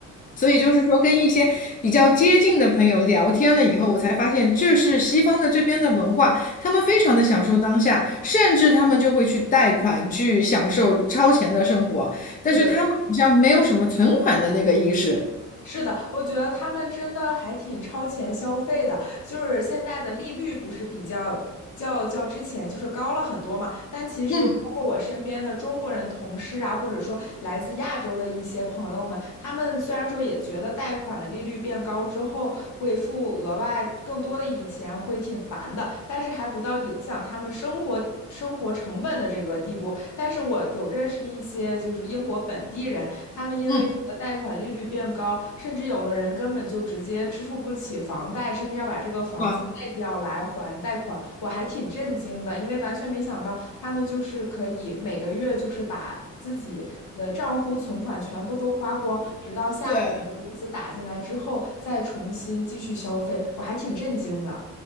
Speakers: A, on the left; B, on the left.
A: 所以就是说，跟一些比较接近的朋友聊天了以后，我才发现这是西方的这边的文化，他们非常的享受当下，甚至他们就会去贷款去享受超前的生活，但是他们好像没有什么存款的那个意识。
B: 是的，是的，我觉得他们真的还挺超前消费的，就是现在的利率不是比较较较之前就是高了很多嘛，但其实包括我身边的中国人同事啊，
A: 嗯
B: 或者说来自亚洲的一些朋友们，他们虽然说也觉得贷款的利率变高之后会付额外更多的一笔钱，会挺烦的，但是还不到影响他们生活生活成本的这个地步。但是我有认识一些就是英国本地人，他们因为这个贷款利率变高，
A: 嗯，
B: 甚至有的人根本就直接支付不起房贷，甚至要把这个房子卖掉来还贷款。
A: 哇，
B: 我还挺震惊的，因为完全没想到他们就是可以每个月就是把。自己的账户存款全部都花光，直到下个月工资打进来之后再重新继续消费，
A: 对。
B: 我还挺震惊的。